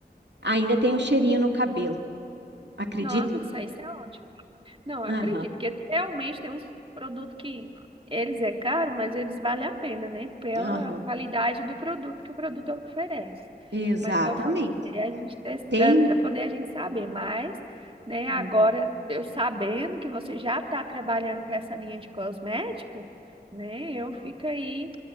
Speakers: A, on the right (about 85°); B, on the right (about 30°).
A: Ainda tem um cheirinho no cabelo. Acredita?
B: Nossa, isso é ótimo. Não, acredito
A: Aham,
B: que te- realmente tem uns produtos que eles é caro, mas eles valem a pena, né? Pela
A: aham,
B: qualidade do produto que o produto oferece.
A: exatamente.
B: Mas igual eu falei, é a gente testando
A: Tem.
B: para poder a gente saber. Mas, né, agora
A: Uhum,
B: eu sabendo que você já está trabalhando com essa linha de cosmético, né? Eu fico aí